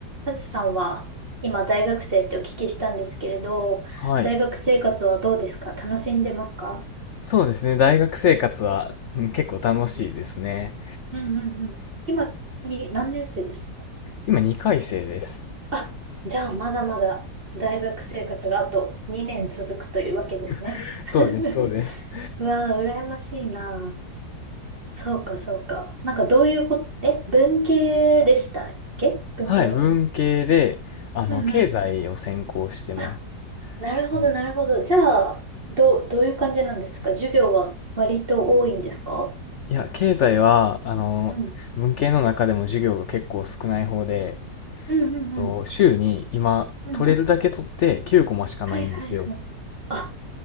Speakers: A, on the right; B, on the left.
A: カズさんは今大学生ってお聞きしたんですけれど、
B: はい。
A: 大学生活はどうですか楽しんでますか
B: そうですね。大学生活は、うん、結構楽しいですね。
A: うんうんうんうん。今に何年生ですか
B: 今2回生です。
A: あ、じゃあまだまだ大学生活があと2年続くというわけですね。
B: <laughs> そうです、
A: <laughs>
B: そうです。
A: うわー、羨ましいな。そうかそうか。なんかどういうこと、え、文系でしたっけ文系。
B: はい、文系で、あの、
A: うんうん。
B: 経済を専攻してます。
A: あなるほど、
B: うん
A: なるほど。じゃあ、どう、どういう感じなんですか授業は割と多いんですか
B: いや、経済は、あの、
A: うん。
B: 文系の中でも授業が結構少ない方で、
A: うんうんうん。
B: えっと、週に今、
A: うん。
B: 取れるだけ取って9コマしかないんですよ。
A: はいはいはい。あ、